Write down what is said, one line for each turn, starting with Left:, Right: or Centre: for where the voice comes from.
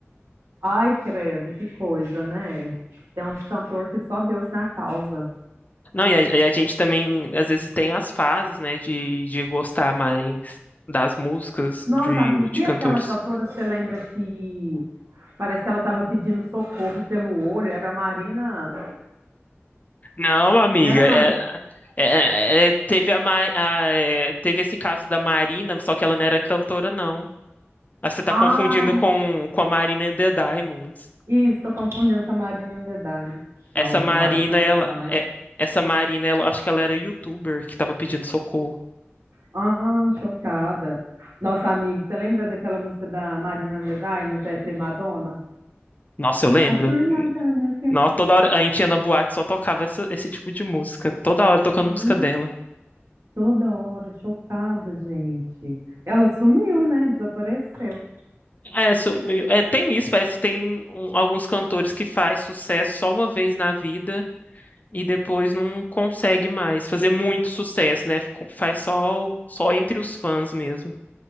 Right: Ai, credo, que coisa, né? Tem uns cantor que só Deus na causa.
Left: Não, e a, e a gente também, às vezes, tem as fases, né, de, de gostar mais das músicas
Right: Nossa,
Left: de,
Right: amiga,
Left: de
Right: e
Left: cantores.
Right: aquela cantora, você lembra que parece que ela estava pedindo socorro pelo olho? Era a Marina.
Left: Não, amiga,
Right: Não era a Marina.
Left: é É, é, é, teve a, Ma- a, é, teve esse caso da Marina, só que ela não era cantora, não. Ah, Você tá
Right: Ah,
Left: confundindo com, com a Marina and the Diamonds.
Right: isso, estou confundindo com a Marina and the Diamond.
Left: Essa
Right: Nossa,
Left: Marina,
Right: Marina and
Left: ela,
Right: the Diamond.
Left: é- essa Marina, ela, acho que ela era YouTuber que tava pedindo socorro.
Right: Ah, chocada. Nossa, amiga, você lembra daquela música da Marina and the Diamond, é Primadonna?
Left: Nossa, eu lembro.
Right: A Primadonna
Left: Nossa, toda hora a gente ia na boate só tocava essa- esse tipo de música. Toda hora tocando
Right: Girl.
Left: música dela.
Right: Toda hora, chocada, gente. Ela sumiu, né? Desapareceu.
Left: É, su- é, tem isso, parece que tem um, alguns cantores que faz sucesso só uma vez na vida. e depois não consegue mais fazer muito sucesso, né? Ficou- Faz só, o- só entre os fãs mesmo.